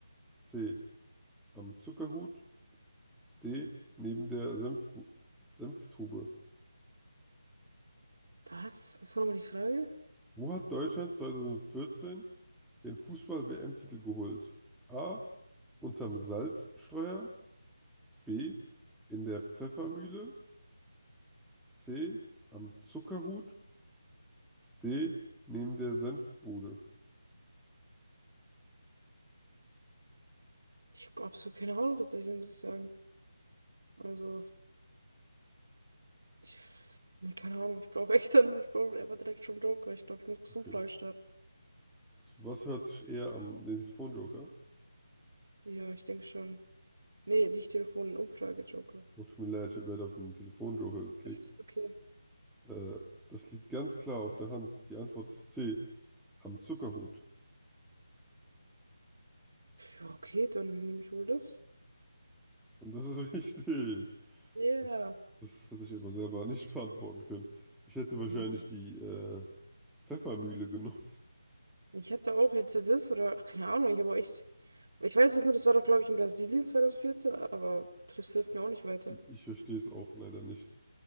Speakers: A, in the centre; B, on the right.
A: C. Am Zuckerhut. D. Neben der Senfbu Senftube.
B: Was? Was war nochmal die Frage?
A: Wo hat Deutschland 2014 den Fußball-WM-Titel geholt? A. Unterm Salzsteuer. B. In der Pfeffermühle. C. Am Zuckerhut. D. Neben der Senfbude.
B: Ich habe absolut keine Ahnung tatsächlich, muss ich sagen. Also, ich. Nee, keine Ahnung. Ich brauche echt dann. Ich brauche einfach direkt schon Joker. Ich glaube, ich muss Umfrage
A: Okay.
B: starten.
A: Also was hört sich eher am den Telefonjoker?
B: Ja, ich denke schon. Nee, nicht Telefon, Umfrage, Joker.
A: Oh, tut mir leid, ich habe leider auf den Telefonjoker geklickt.
B: Das ist okay.
A: Äh, das liegt ganz klar auf der Hand. Die Antwort ist C. Am Zuckerhut.
B: Ja, okay, dann nehme ich wohl das.
A: Und das ist <laughs> richtig.
B: Ja.
A: Das, das hätte ich aber selber nicht beantworten können. Ich hätte wahrscheinlich
B: Yeah.
A: die äh, Pfeffermühle genommen.
B: Ich hatte auch jetzt das oder ach, keine Ahnung, ich habe auch echt. Ich weiß halt nur, das war doch, glaube ich, in Brasilien 2014, aber das hilft mir auch nicht weiter.
A: Ich, ich verstehe es auch leider nicht.